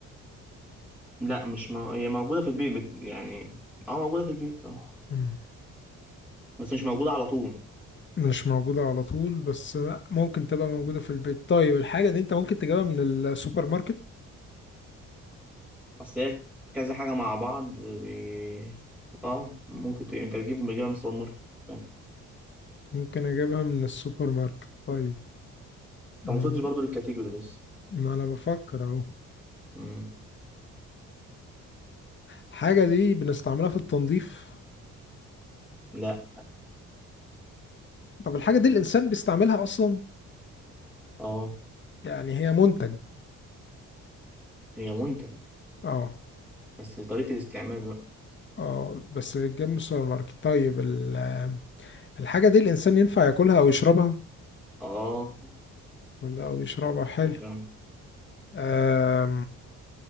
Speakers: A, in the centre; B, on the left.
A: لا مش مو... هي موجودة في البيت بت- يعني اه موجودة في البيت اه
B: مم.
A: بس مش موجودة على طول
B: مش موجودة على طول بس لأ، ممكن تبقى موجودة في البيت طيب الحاجة دي انت ممكن تجيبها من السوبر ماركت
A: اصل هي كذا حاجة مع بعض بي... اه ممكن ت... انت تجيب بتجيبها من السوبر ماركت فاهم انت
B: ممكن اجيبها من السوبر ماركت طيب مم،
A: ما وصلتش برضه للكاتيجوري لسه
B: ما انا بفكر اهو
A: مم.
B: الحاجة دي بنستعملها في التنظيف
A: لا
B: طب الحاجة دي الإنسان بيستعملها أصلا
A: اه
B: يعني هي منتج
A: هي منتج
B: اه
A: بس طريقة الاستعمال بقى
B: اه بس بيتجاب من السوبر ماركت طيب ال- الحاجة دي الإنسان ينفع ياكلها أو يشربها
A: اه
B: ولا أو يشربها حلو
A: وصل
B: آم،